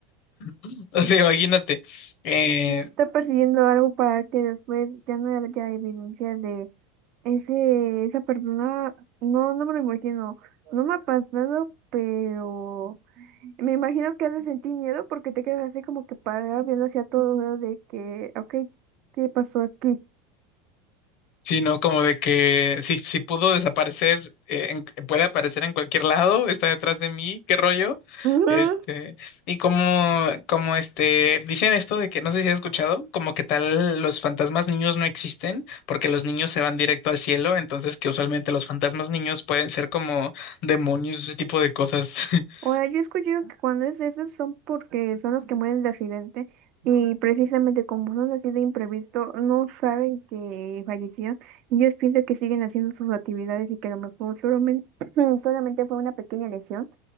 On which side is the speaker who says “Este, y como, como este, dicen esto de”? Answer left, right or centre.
Left